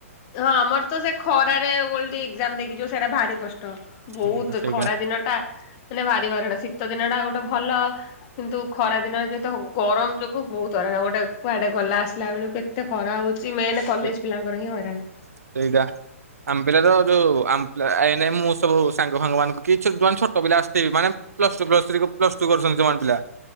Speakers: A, on the left; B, on the right.
A: ହଁ ଆମର ତ ସେ ଖରାରେ ଓଲଟି ଏକ୍ଜାମ ଦେଇକିଯିବ ସେଟା ଭାରି କଷ୍ଟ। ବହୁତ
B: ହୁଁ ସେଇଟା
A: ଖରା ଦିନ ଟା ମାନେ ଭାରି ହଇରାଣ ଶୀତ ଦିନ ଟା ଗୋଟେ ଭଲ କିନ୍ତୁ ଖରା ଦିନରେ ଯେତେ ଗରମ ଯୋଗୁ ବହୁତ ହଇରାଣ ଗୋଟେ କୁଆଡେ ଗଲା ଆସିଲା ବେଳକୁ ଏତେ ଖରା ହଉଛି ସେ ମେନ୍ କଲେଜ
B: ସେ
A: ପିଲାଙ୍କର ହିଁ ହଇରାଣ।
B: ସେଇଟା। ଆମ ପିଲା ତ ଯୋଉ ଆମ ପିଲା ଏ ନାଇ ମୁଁ ସବୁ ସାଙ୍ଗ ଫାଙ୍ଗ ମାନଙ୍କୁ କି ଯଉମାନେ ଛୋଟ ପିଲା ଆସିଥିବି ମାନେ plus two plus three plus two କରୁଛନ୍ତି ଯେଉଁ ମାନେ ପିଲା